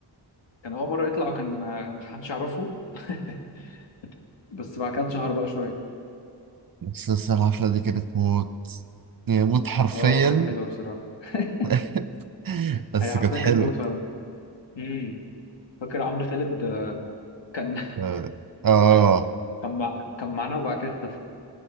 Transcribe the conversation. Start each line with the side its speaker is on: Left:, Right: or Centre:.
Left: كان اول مره يطلع وكان آه، محدش يعرفه <laughs> بس بعد كده اتشهر بقى شويه
Right: بس بس الحفله دي كانت موت يعني موت حرفيا
Left: اه كانت حلوه بصراحه <laughs>
Right: <laughs> بس
Left: هي حرفيا
Right: كانت حلوة
Left: كانت موت فعلا امم فاكر عمرو خالد آه، كان
Right: اه آه.
Left: كان مع... كان معانا وبعد كده اختفى